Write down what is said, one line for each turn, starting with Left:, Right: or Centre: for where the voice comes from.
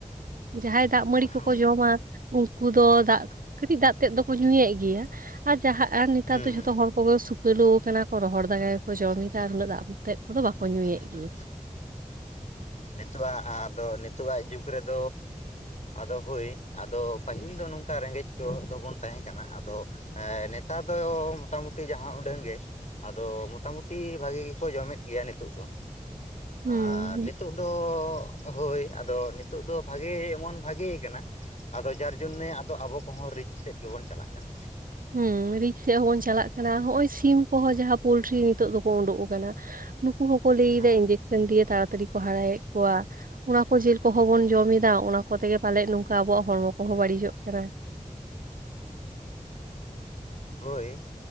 Right: ᱡᱟᱦᱟᱸᱭ ᱫᱟᱜ ᱢᱟᱹᱲᱤ
Left: ᱦᱮᱸ
Right: ᱠᱚᱠᱚ ᱡᱚᱢᱟ, ᱩᱱᱠᱩ ᱫᱚ ᱫᱟᱜ ᱠᱟᱹᱴᱤᱡ ᱫᱟᱜ ᱛᱮᱫ ᱫᱚᱠᱚ ᱧᱩᱭᱮᱫ ᱜᱮᱭᱟ ᱾ ᱟᱨ ᱡᱟᱦᱟᱸ ᱟᱨ ᱱᱮᱛᱟᱨ
Left: ᱦᱮᱸ
Right: ᱫᱚ ᱡᱚᱛ ᱡᱚᱛᱚ ᱦᱚᱲ ᱠᱚᱜᱮ ᱥᱩᱠᱟᱹᱞᱩ ᱟᱠᱟᱱᱟ ᱠᱚ ᱨᱚᱦᱚᱲ ᱫᱟᱜ ᱜᱮᱠᱚ ᱡᱚᱢᱮᱫᱟ, ᱟᱨ ᱩᱱᱟᱹᱜ ᱫᱟᱜ ᱛᱮᱫ ᱠᱚᱫᱚ ᱵᱟᱠᱚ
Left: ᱦᱮᱸ
Right: ᱧᱩᱭᱮᱫ
Left: ᱦᱮᱸ
Right: ᱜᱮ ᱾
Left: ᱱᱤᱛᱚᱜᱟᱜ ᱟᱫᱚ ᱱᱤᱛᱳᱜ ᱟᱜ ᱡᱩᱜᱽ ᱨᱮᱫᱚᱻ ᱟᱫᱚ ᱦᱳᱭ ᱟᱫᱚ ᱯᱟᱹᱦᱤᱞ ᱫᱚ ᱱᱚᱝᱠᱟ ᱨᱮᱸᱜᱮᱡ ᱠᱚ ᱫᱚᱵᱚᱱ ᱛᱟᱦᱮᱸ ᱠᱟᱱᱟ ᱾ ᱟᱫᱚ ᱦᱮᱸ ᱱᱮᱛᱟᱨ ᱫᱚ ᱢᱚᱴᱟᱢᱩᱴᱤ ᱡᱟᱦᱟᱸ ᱩᱰᱟᱹᱝ ᱜᱮ ᱾ ᱟᱫᱚ ᱢᱚᱴᱟᱢᱩᱴᱤ ᱵᱷᱟᱜᱤ ᱜᱮᱠᱚ ᱡᱚᱢᱮᱫ ᱜᱮᱭᱟ ᱾ ᱱᱤᱛᱚᱜ ᱫᱚ
Right: ᱦᱩᱸ
Left: ᱟᱨ ᱱᱤᱛᱳᱜ ᱫᱚ, ᱦᱳᱭ ᱟᱫᱚ ᱱᱤᱛᱚᱜ ᱫᱚ ᱵᱷᱟᱜᱮ ᱮᱢᱚᱱ ᱵᱷᱟᱜᱮ ᱠᱟᱱᱟ ᱾ ᱟᱫᱚ ᱡᱟᱨ ᱡᱚᱱᱱᱮ ᱟᱫᱚ ᱟᱵᱚ ᱠᱚᱦᱚᱸ ᱨᱤᱪ ᱥᱮᱫ ᱜᱮᱵᱚᱱ ᱪᱟᱞᱟᱜ ᱠᱟᱱᱟ ᱾
Right: ᱦᱮᱸ ᱨᱤᱪ ᱥᱮᱫ ᱦᱚᱸᱵᱚᱱ ᱪᱟᱞᱟᱜ ᱠᱟᱱᱟ ᱾ ᱦᱚᱜ ᱱᱚᱼᱚᱭ ᱥᱤᱢ ᱠᱚᱦᱚᱸ ᱡᱟᱦᱟᱸ ᱯᱳᱚᱞᱴᱨᱤ ᱱᱤᱛᱚᱜ ᱫᱚᱠᱚ ᱩᱰᱩᱠ ᱟᱠᱟᱱᱟ ᱾ ᱱᱩᱠᱩ ᱦᱚᱸᱠᱚ ᱞᱟᱹᱭ
Left: ᱦᱮᱸ
Right: ᱫᱟ ᱤᱧᱡᱮᱠᱥᱮᱱ ᱫᱤᱭᱮ ᱛᱟᱲᱟᱛᱟᱲᱤ ᱠᱚ ᱦᱟᱨᱟᱭᱮᱫ ᱠᱚᱣᱟ ᱾ ᱚᱱᱟ ᱠᱚ ᱡᱤᱞ ᱠᱚᱦᱚᱸ ᱵᱚᱱ ᱡᱚᱢᱮᱫᱟ ᱚᱱᱟ ᱠᱚᱛᱮᱜᱮ ᱯᱟᱞᱮᱫ ᱱᱚᱝᱠᱟ ᱟᱵᱚᱣᱟᱜ ᱦᱚᱲᱢᱚ ᱠᱚᱦᱚᱸ ᱵᱟᱹᱲᱤᱡᱚᱜ ᱠᱟᱱᱟ ᱾
Left: <unintelligible> ᱦᱳᱭ